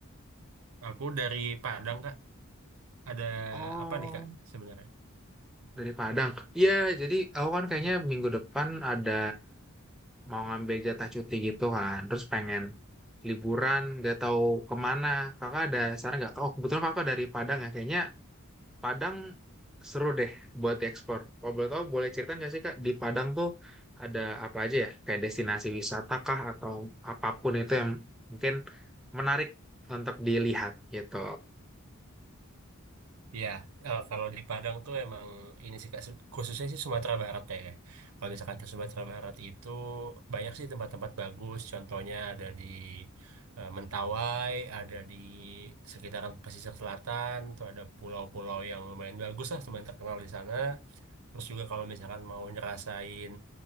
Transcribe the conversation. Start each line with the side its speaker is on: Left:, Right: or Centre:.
Right: Aku dari Padang, Kak. Ada
Centre: Oh,
Right: apa nih, Kak, sebenarnya?
Centre: dari Padang. Iya, jadi aku kan kayaknya
Right: Hmm.
Centre: minggu depan ada mau ngambil jatah cuti gitu kan. Terus pengen liburan, gak tahu kemana. Kakak ada saran nggak? Oh, kebetulan kakak dari Padang ya. Kayaknya Padang seru deh buat diekspor. Kalau boleh tahu, boleh cerita nggak sih Kak, di Padang tuh ada apa aja ya? Kayak destinasi wisata kah atau apapun itu yang mungkin menarik untuk dilihat gitu.
Right: Iya, eh, kalau di Padang tuh emang ini sih, Kak, se- khususnya sih Sumatera Barat ya. Kak. Kalau misalkan ke Sumatera Barat itu banyak sih tempat-tempat bagus. Contohnya ada di eh, Mentawai, ada di sekitaran pesisir selatan, tuh ada pulau-pulau yang lumayan bagus lah, teman terkenal di sana. Terus juga kalau misalkan mau ngerasain